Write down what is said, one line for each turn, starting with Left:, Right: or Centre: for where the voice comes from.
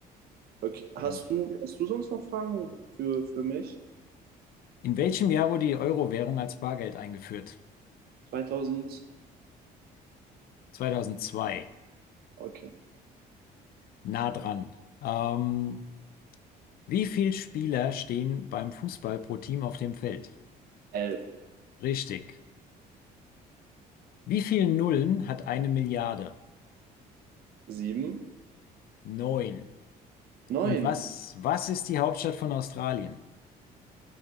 Right: Okay. Hast
Left: Ja.
Right: du, hast du sonst noch Fragen für, für mich?
Left: In welchem Jahr wurde die Euro-Währung als Bargeld eingeführt?
Right: 2001.
Left: 2002.
Right: Okay.
Left: Nah dran. Ähm, wie viele Spieler stehen beim Fußball pro Team auf dem Feld?
Right: elf
Left: Richtig. Wie viele Nullen hat eine Milliarde?
Right: sieben
Left: Neun.
Right: neun
Left: Und was, was ist die Hauptstadt von Australien?